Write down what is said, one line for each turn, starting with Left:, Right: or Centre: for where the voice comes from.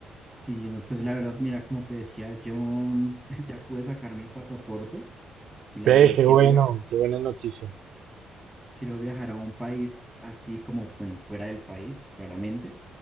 Centre: Sí, no, pues la verdad, mira, como te decía, yo mm, <laughs> ya pude sacar mi pasaporte y la
Right: Ve,
Centre: verdad
Right: qué
Centre: quiero
Right: bueno,
Centre: viajar,
Right: qué buena noticia.
Centre: quiero viajar a un país así como, bueno, fuera del país, claramente.